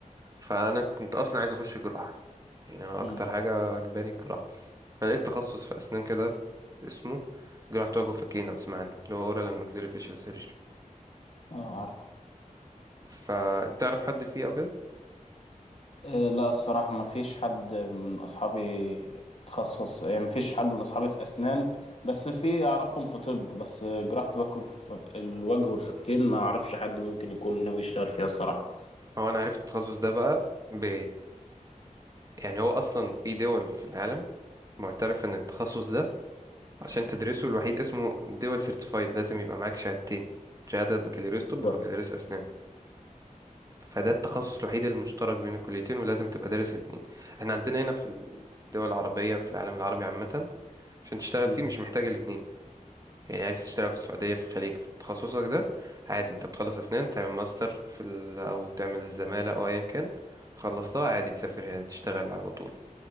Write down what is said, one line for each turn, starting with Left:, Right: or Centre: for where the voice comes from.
Right: فانا كنت اصلا عايز اخش جراحه يعني انا اكتر
Left: امم
Right: حاجه عجباني الجراحه فلقيت تخصص في اسنان كده اسمه جراحه وجه وفكين لو تسمع عنه اللي هو اورال اند maxillofacial فيشل سيرجري
Left: اه عارفه
Right: فتعرف حد فيه او كده
Left: آه لا الصراحة ما فيش حد من اصحابي تخصص يعني ما فيش حد من اصحابي في اسنان بس في اعرفهم في طب بس جراحة الوك- والف- الوجه والفكين ما اعرفش حد ممكن يكون ناوي يشتغل فيها الصراحة
Right: هو انا عرفت التخصص ده بقى ب... يعني هو اصلا في دول في العالم معترف ان التخصص ده عشان تدرسه الوحيد اسمه دول سيرتيفايد لازم يبقى معاك شهادتين شهاده بكالوريوس
Left: بالظبط
Right: طب وبكالوريوس اسنان فده التخصص الوحيد المشترك بين الكليتين ولازم تبقى دارس الاتنين احنا عندنا هنا في الدول العربية في العالم العربي عامة عشان تشتغل
Left: مم.
Right: فيه مش محتاج الاتنين يعني عايز تشتغل في السعودية في الخليج بتخصصك ده عادي انت بتخلص اسنان تعمل ماستر في ال... او تعمل الزمالة او ايا كان خلصتها عادي تسافر هنا تشتغل على طول